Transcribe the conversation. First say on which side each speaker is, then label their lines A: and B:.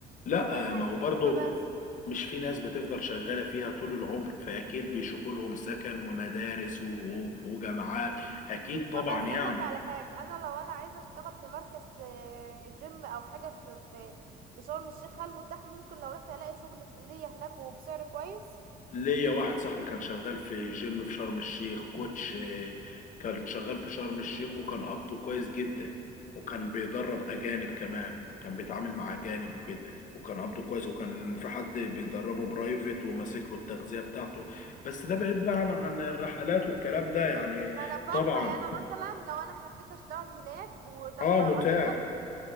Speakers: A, on the left; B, on the right.
A: لا
B: وبناها
A: ما
B: للسياحة
A: هو برضه
B: بس
A: مش في ناس بتفضل شغالة فيها طول العمر فأكيد بيشوفوا لهم سكن ومدارس و- وجامعات أكيد طبعا
B: طب أسألك
A: يعني
B: على حاجة أنا لو أنا عايزة أشتغل في مركز آه، جيم أو حاجة في في في شرم الشيخ هل متاح ممكن لو رحت ألاقي شغل في- ليا هناك وبسعر كويس
A: ليا واحد صاحبي كان شغال في جيم في شرم الشيخ كوتش آه، كان شغال في شرم الشيخ وكان قبضه كويس جدا وكان بيدرب أجانب كمان كان بيتعامل مع أجانب وكده وكان قبضه كويس وكان في حد بيدربه برايفت وماسك له التغذية بتاعته بس ده بعيد بقى عن عن الرحلات والكلام ده يعني
B: ما أنا فاهمة
A: طبعا
B: يعني أنا مثلا لو أنا حبيت أشتغل هناك وطب
A: اه
B: ما
A: متاح
B: أكيد